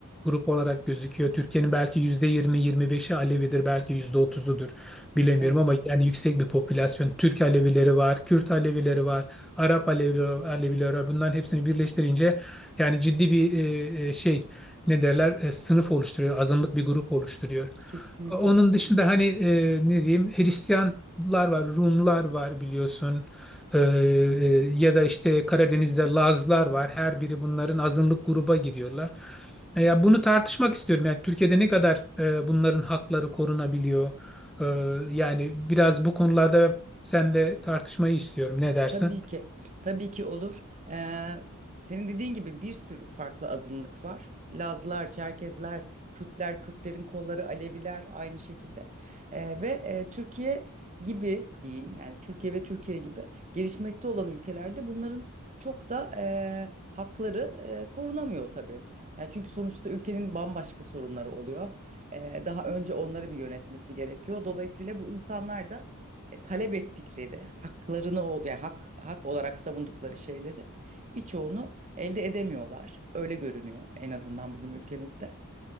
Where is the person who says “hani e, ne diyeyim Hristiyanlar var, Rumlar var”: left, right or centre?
Centre